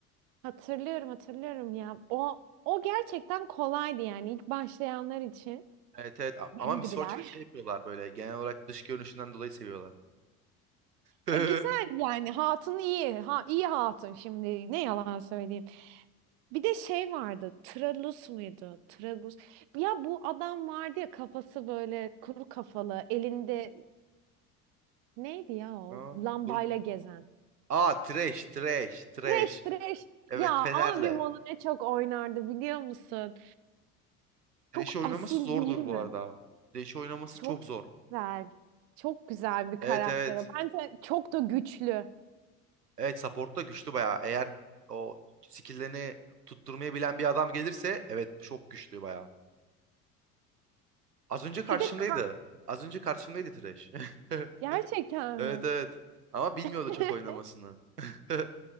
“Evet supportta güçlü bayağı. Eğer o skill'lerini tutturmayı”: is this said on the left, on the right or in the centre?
Right